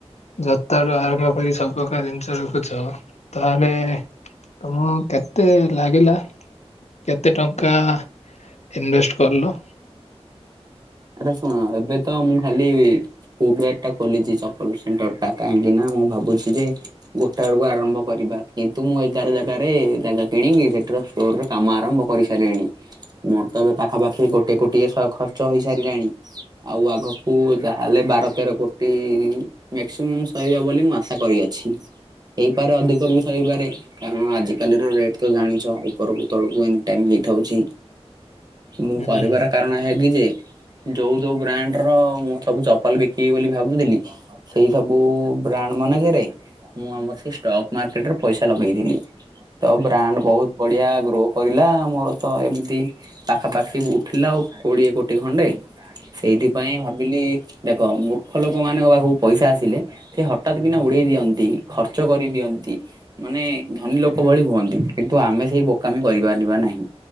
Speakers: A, on the left; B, on the right.
A: ଯ ତହାରୁ ଆରମ୍ଭ କରି ସବୁ ପ୍ରକାର ଜିନିଷ ରଖୁଛ ତାହେଲେ ତମ କେତେ ଲାଗିଲା କେତେ ଟ ଙ୍କା ଇନଭେଷ୍ଟ କରିଲ?
B: ଏଟା ଶୁଣ ଏବେ ତ ମୁଁ ଖାଲି ଫୁଟ <unintelligible> ଖୋଲିଛି ଚପଲ ସେଣ୍ଟର ଟା କାହିଁକି ନା ମୁଁ ଭାବୁଛି ଯେ ଗୋଟା ବେଳକୁ ଆରମ୍ଭ କରିବା କିନ୍ତୁ ମୁଁ ଏଗାର ଜାଗାରେ ଜାଗା କିଣିକି ସେଠର ରରେ କାମ ଆରମ୍ଭ କରିସାରିଲିଣି ମୋର ତ ଏବେ ପାଖାପାଖି ଗୋଟେ କୋଟିଏ ଶହ ଖର୍ଚ୍ଚ ହେଇ ସାରିଲାଣି ଆଉ ଆଗକୁ ଯାହାହେଲେ ବାର ତେର କୋଟି ମକ୍ସିମମ୍ ସହିବ ବୋଲି ମୁଁ ଆଶା କରିଅଛି ହେଇପାରେ ଅଧିକ ବି ସହିପାରେ। କାରଣ ଆଜିିକାଲି ର ରେଟ ତ ଜାଣିଛ ଉପରକୁ ତଳକୁ ଏନି ଟାଇମ ହେଇଥାଉଛି। ମୁଁ
A: ହୁଁ
B: କରିବାର କାରଣ ହେ କି ଯେ ଯୋଉ ଯୋଉ ବ୍ରାଣ୍ଡର ମୁଁ ସବୁ ଚପାଲ ବିକିବି ବୋଲି ଭାବୁଥିଲି। ସେଇ ସବୁ ବ୍ରାଣ୍ଡ ମାନେ କେରେ ମୁଁ ଆମର ସେଇ ଷ୍ଟକ୍ ମାର୍କେଟରେ ପଇସା ଲଗେଇଥିଲି ତ ବ୍ରାଣ୍ଡ ବହୁତ ବଢିଆ ଗ୍ରୋ କରିଲା ମୋର ତ ଏମିତି ପାଖାପାଖି ଉଠିଲା ଆଉ କୋଡିଏ କୋଟିଏ ଖଣ୍ଡେ ସେଇଥିପାଇଁ ଭାବିଲି। ଦେଖ ମୂର୍ଖ ଲୋକମାନଙ୍କ ପାଖକୁ ପଇସା ଆସିଲେ। ସେ ହଠାତ୍ କିନା ଉଡେଇ ଦିଅନ୍ତି ଖର୍ଚ୍ଚ କରିଦିଅନ୍ତି। ମାନେ ଧନୀ ଲୋକ ଭଳି ହୁଅନ୍ତି କିନ୍ତୁ ଆମେ ସେଇ ବୋକାମି କରିବା ବାନି ନାହିଁ।